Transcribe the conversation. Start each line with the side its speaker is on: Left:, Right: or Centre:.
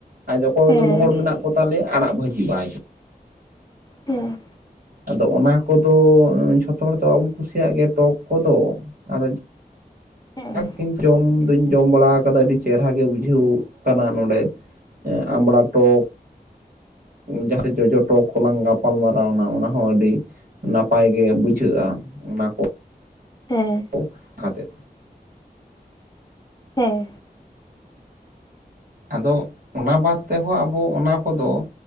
Right: ᱟᱨ ᱡᱚᱠᱚᱭ
Left: ᱦᱮᱸ
Right: ᱫᱚ ᱦᱚᱲ ᱢᱮᱱᱟᱜ ᱠᱚ ᱛᱟᱞᱮᱭᱟ ᱟᱲᱟᱜ ᱵᱷᱟᱹᱡᱤ ᱵᱟᱭ ᱡᱚ
Left: ᱦᱩᱸ᱾
Right: ᱟᱫᱚ ᱚᱱᱟ ᱠᱚᱫᱚ ᱡᱷᱚᱛᱚ ᱦᱚᱲ ᱫᱚ ᱵᱟᱵᱚᱱ ᱠᱩᱥᱤᱭᱟᱜ ᱜᱮᱭᱟ ᱴᱚᱠ ᱠᱚᱫᱚ ᱟᱫᱚ
Left: ᱦᱮᱸ
Right: <unintelligible> ᱡᱚᱢ ᱫᱩᱧ ᱡᱚᱢ ᱵᱟᱲᱟ ᱠᱟᱫᱟ, ᱟᱹᱰᱤ ᱪᱮᱦᱨᱟ ᱜᱮ ᱵᱩᱡᱷᱟᱹᱣ ᱠᱟᱱᱟ ᱱᱚᱰᱮ, ᱮ ᱟᱢᱵᱲᱟ ᱴᱚᱠ᱾ ᱡᱟᱦᱟᱸᱨᱮ ᱡᱚᱴᱚ ᱴᱚᱠ ᱠᱚᱞᱟᱝ ᱜᱟᱯᱟᱞ ᱢᱟᱨᱟᱣᱱᱟ, ᱚᱱᱟ ᱦᱚᱸ ᱟᱹᱰᱤ ᱱᱟᱯᱟᱭ ᱜᱮ ᱵᱩᱡᱷᱟᱹᱜ-ᱟ, ᱚᱱᱟ ᱠᱚ
Left: ᱦᱮᱸ᱾
Right: <inaudible> ᱠᱷᱟᱛᱮ᱾
Left: ᱦᱮᱸ᱾
Right: ᱟᱫᱚ ᱚᱱᱟ ᱵᱟᱫᱽ ᱛᱮᱦᱚᱸ ᱟᱵᱚ ᱚᱱᱟ ᱠᱚᱫᱚ